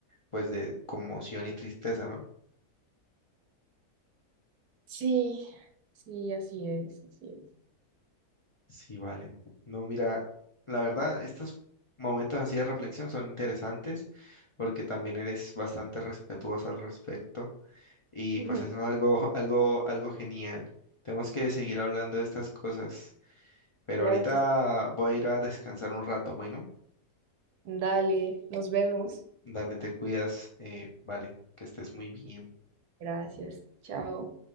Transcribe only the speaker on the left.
pues de conmoción y tristeza, ¿no?
Sí, valen. No, mira, la verdad, estos momentos así de reflexión son interesantes porque también eres bastante respetuoso al respecto y
pues eso es algo, <laughs> algo, algo genial. Tenemos que seguir hablando de estas cosas, pero
ahorita
voy a ir a descansar un rato, bueno,
dale, te cuidas, eh, vale, que estés muy bien.